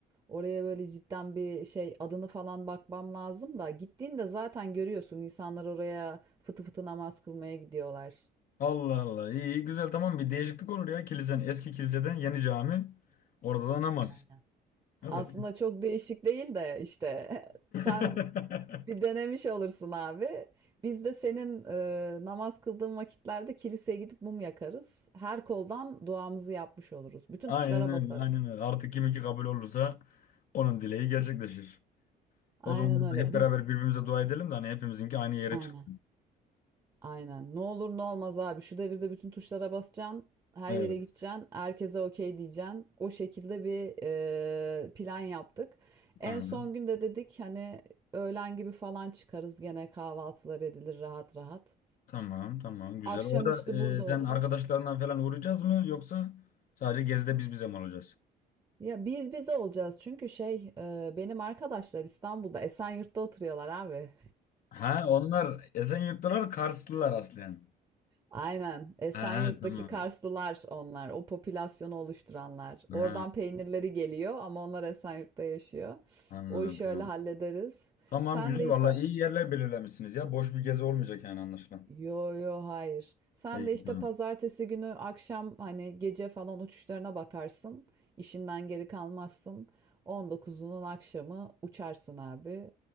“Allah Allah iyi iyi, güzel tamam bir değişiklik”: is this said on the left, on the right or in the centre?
Left